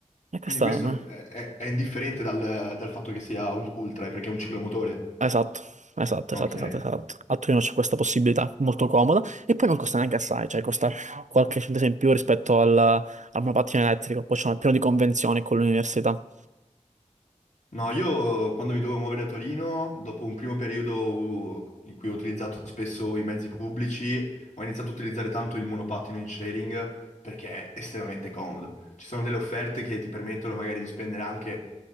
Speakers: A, on the right; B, on the left.
A: E quest'anno.
B: Quindi questo è, è- è indifferente dal, dal fatto che sia un cultra, eh, perché è un ciclomotore.
A: Esatto, esatto,
B: Ok.
A: esatto, esatto, esatto. A Torino c'è questa possibilità molto comoda e poi non costa neanche assai, cioè costa qualche centesimo in più rispetto al, al monopattino elettrico, poi c'è un piano di convenzioni con l'università,
B: No, io quando mi dovevo muovere a Torino, dopo un primo periodo uh, in cui ho utilizzato spesso i mezzi pubblici, ho iniziato a utilizzare tanto il monopattino in sharing perché è estremamente comodo. Ci sono delle offerte che ti permettono magari di spendere anche,